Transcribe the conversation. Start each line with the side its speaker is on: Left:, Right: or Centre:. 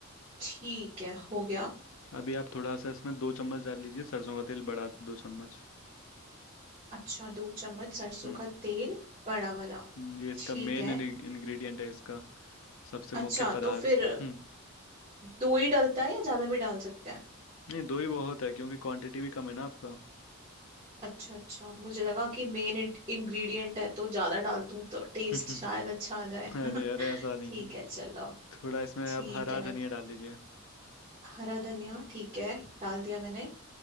Right: ठीक है हो गया
Left: अभी आप थोड़ा सा इसमें दो चम्मच डाल लीजिए सरसों का तेल बढ़ा दो चम्मच
Right: अच्छा दो चम्मच सरसों
Left: हम्म
Right: का तेल बड़ा वाला
Left: हम्म, ये इसका
Right: ठीक
Left: मेन
Right: है
Left: इंग्रेडिएंट है इसका सबसे मुख्य
Right: अच्छा
Left: पदार्थ
Right: तो फिर
Left: हम्म
Right: दो ही डलता है या ज्यादा भी डाल सकते हैं
Left: नहीं दो ही बहुत है क्योंकि क्वांटिटी भी कम है ना आपका
Right: अच्छा अच्छा मुझे लगा कि मेन इंग्रेडिएंट है तो ज्यादा डाल दूं तो टेस्ट
Left: <laughs>
Right: शायद अच्छा आ जाए
Left: अरे
Right: <laughs>
Left: अरे ऐसा नहीं
Right: ठीक
Left: है
Right: है चलो
Left: थोड़ा इसमें
Right: ठीक
Left: अब हरा
Right: है मैं
Left: धनिया डाल दीजिए
Right: हरा धनिया ठीक है डाल दिया मैंने